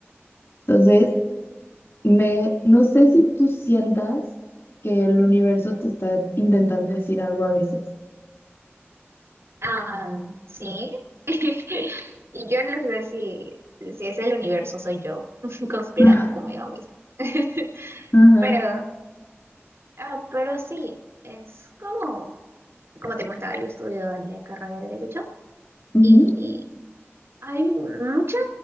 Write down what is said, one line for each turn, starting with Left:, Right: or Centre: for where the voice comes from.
Left: Entonces, me, no sé si tú sientas que el universo te está intentando decir algo a veces.
Right: Ah, sí. <laughs> Y yo no sé si, si es el universo, soy yo <laughs> conspirando
Left: Ah,
Right: conmigo misma. <laughs>
Left: Ajá,
Right: Pero, ah, pero sí, es como, como te comentaba, yo estudio en la carrera de Derecho
Left: ujú,
Right: y hay muchas